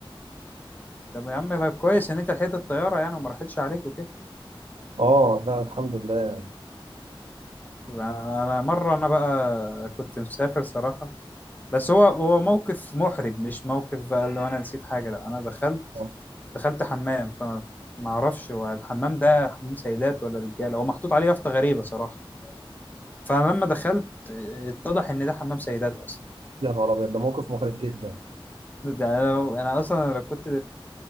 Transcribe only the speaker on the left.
طب يا عم ده كويس ان انت لحقت الطياره يعني وما راحتش عليك وكده
انا مره انا بقى كنت مسافر صراحه بس هو هو موقف محرج مش موقف بقى اللي انا نسيت حاجه لا انا دخلت
دخلت حمام فانا ما اعرفش هو الحمام ده حمام سيدات ولا رجاله هو محطوط عليه يافطه غريبه صراحه فانا لما دخلت اتضح ان ده حمام سيدات اصلا
ده انا أنا اصلا لو كنت